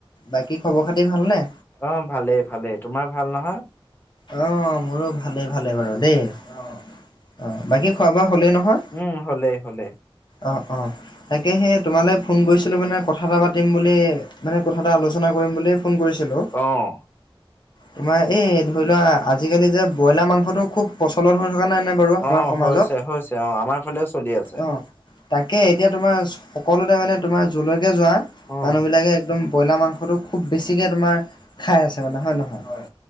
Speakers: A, on the left; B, on the left.
A: বাকী খবৰ খাতি ভালনে?
B: অ, ভালেই, ভালেই। তোমাৰ ভাল নহয়?
A: অ', মোৰো ভালে ভালে বাৰু দেই। অ', বাকী খোৱা বোৱা হ'লেই নহয়?
B: উম হ'লেই হ'লেই
A: অ', অ', তাকে সেই তোমালৈ ফোন কৰিছিলোঁ মানে কথা এটা পাতিম বুলি। মানে কথা এটা আলোচনা কৰিম বুলিয়ে ফোন কৰিছিলোঁ।
B: অ'।
A: তোমাৰ এই ধৰি লোৱা আজিকালি যে ব্ৰইলাৰ মাংসটো খুব প্ৰচলন হৈ থকা নাই নে বাৰু আমাৰ
B: অঁ
A: সমাজত
B: হৈছে হৈছে অঁ, আমাৰ ফালেও চলি আছে।
A: অ', তাকে এতিয়া তোমাৰ সকলোতে মানে তোমাৰ জৰলৈকে যোৱা
B: অ
A: মানুহবিলাকে একদম ব্ৰইলাৰ মাংসটো খুব বেছিকৈ তোমাৰ খাই আছে মানে হয় নহয়,